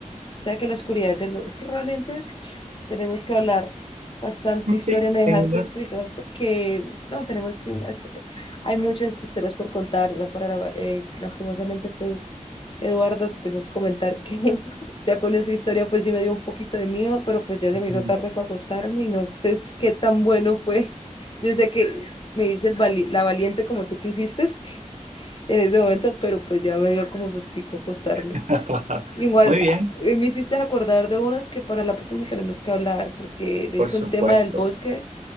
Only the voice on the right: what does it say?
Mm,
sí,
tengo.
Mm.
<laughs>
Muy bien,
por
supuesto.